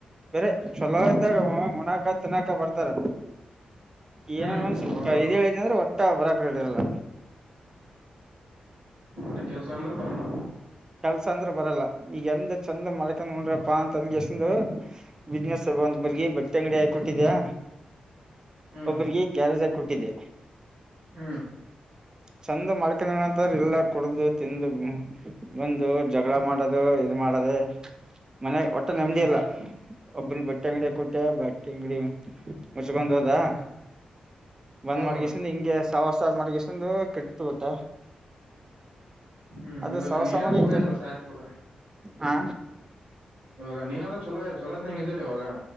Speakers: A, on the right; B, on the right.
A: ಬೇರೆ ಚಲೋ ಇದ್ದಾಗ ಮುನಕ ತಿನ್ನಾಕ ಬರ್ತಾರ ಏನನ್
B: ಹ್ಮ್
A: ಒಂದ ಸ್ವಲ್ಪ
B: ಹೌದೌದು
A: ಇದದುೇಳಿದ ಅಂದ್ರೆ ಒಟ್ಟ ಬರಕಡಿರಲ್ಲ
B: ಅ ಕೆಲಸ ಅಂದ್ರೆ ಬರಲ್ಲ
A: ಕೆಲ್ಸ ಅಂದ್ರ ಬರಲ್ಲ ಈಗ ಎಂದ ಚಂದ ಮಾಡ್ಕಂದ್ ನೋಡ್ರಪ್ಪಾ ಅಂತಂದಗೆಸಂದ ಬಿಸ್ನೆಸ್ ಹಬ್ಬ ಒಂದ
B: ಹ್ಮ್
A: ಬರ್ಗಿ ಬಟ್ಟೆ ಅಂಗಡಿ ಹಾಕೊಟ್ಟಿದ್ಯಾ
B: ಹ್ಮ್
A: ಒಬ್ಬ್ರಿಗೆ ಗ್ಯಾರಜ ಕೊಟ್ಟಿದ್ದ
B: ಹ್ಮ್
A: ಚೆಂದ ಮಾಡ್ಕೊಂಡಣಂತ ಇಲ್ಲ ಕುಡ್ದು ತಿಂದ ಬಂದು ಜಗಳ ಮಾಡೋದು ಇ ಮಾಡದೆ ಮನೆ ಒಟ್ಟು ನೆಮ್ಮದಿಿಯಲ್ಲ
B: ಹ್ಮ್ ಹ್ಮ್
A: ಒಬ್ಬನ ಬಟ್ಟೆ ಅಂಗಡಿಯ ಕೊಟ್ಯ ಬಟ್ಟೆ ಅಂಗಡಿ ಮುಚ್ಕೊಂಡ ಹೋದ
B: ಹ್ಮ್
A: ಒಂದ್
B: ಹೌದಣ್ಣ
A: ಮಾಡಿಗೆ ಇಷ್ಟಂದು ಹಿಂಗೆ ಸಾವಿರ್ ಸಾವಿರ ಮಾಡಿ ಎಷ್ಟಂದು ಕೆಟ್ತ ಬಿಟ
B: ಹ್ಮ್
A: ಅದು
B: ಇವಾಗ
A: ಸವಸಾಮಾನ
B: ನೀನಾದ್ ಚಲೋ ಇದಲ್ಲ ಸಾಕ್ ಬಿಡ
A: ಹಾ
B: ಇವಾಗ ನೀನಲ್ಲ ಚಲಾ ಚಲೋದನಂಗ ಇದಲ್ಲಿ ಇವಾಗ